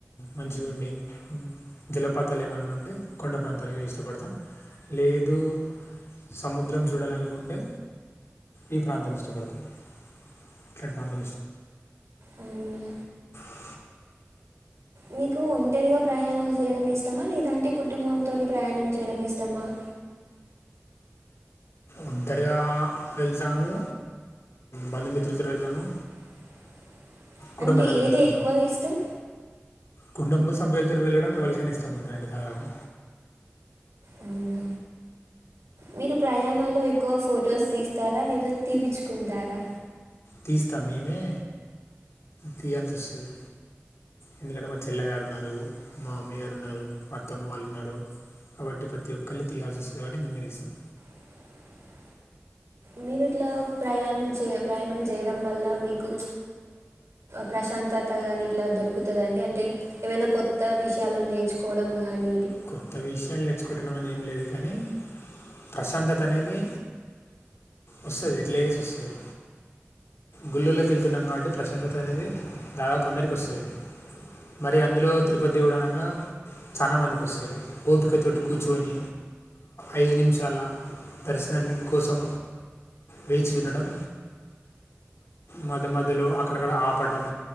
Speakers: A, on the left; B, on the right.
A: మంచిగా ఉండి జలపాతాలు ఏమన్నా ఉంటే కొండ పంతాలు ఇష్టపడతాం లేదు సముద్రం చూడాలనుకుంటే ఈ ప్రాంతం ఇష్టపడుతుంది ఇట్లాంటి ప్రాంతం
B: అవునా?
A: <unintelligible>
B: మీకు ఒంటరిగా ప్రయాణాలు చేయడం ఇష్టమా లేదంటే కుటుంబంతోని ప్రయాణం చేయడం ఇష్టమా ఆ
A: ఒంటరిగా వెళ్తాము బంధుమిత్రులతో వెళ్తాము
B: ఆ
A: కుటుంబ
B: అంటే
A: సభ్యులతో
B: ఏది
A: వెళ్తాము
B: ఎక్కువగా ఇష్టం
A: కుటుంబ సభ్యులతో వెళ్ళడం ఎవరికైనా ఇష్టం ఉంటుారండి దాదాపు
B: అవును మీరు ప్రయాణాల్లో ఎక్కువ ఫొటోస్ తీస్తారా లేదా తీపచ్చుకుంటారా
A: తీస్తావేమే తీయాల్సి వస్తది ఎందుకంటే మా చెల్లగారు ఉన్నారు మా అమ్మీ గారు ఉన్నారు మా అత్తమ్మ వాళ్ళు ఉన్నారు కాబట్టి ప్రతి ఒక్కరిని తీయాల్సి వస్తుంది కాబట్టి మేమే తీస్తాం
B: ఆ మీరు ఇట్లా ప్రయాణాలు చే ప్రయాణం చేయడం వల్ల మీకు ప్రశాంతత గాని ఇట్లా దొరుకుతుందిండి అంటే ఏమైనా కొత్త విషయాలు నేర్చుకోవడం గాని
A: కొత్త విషయాలు నేర్చుకోంటడం అని ఏం లేదు కానీ ప్రశాంతత అనేది వస్తుది ఎట్లా చేసి వస్తుంది గుళ్ళల్లోకి వెళ్తున్నాం కాబట్టి ప్రశాంతత అనేది దాదాపు అందరికి వస్తుంది మరి అందులో తిరుపతి దేవుడు అనగా చాలా మందికి వస్తుంది సరే ఓపికతోటి కూర్చుొని ఐదు నిమిషాల దర్శనాన్ని కోసం వేచి వినడం మధ్య మధ్యలో అక్కడక్కడ ఆపడం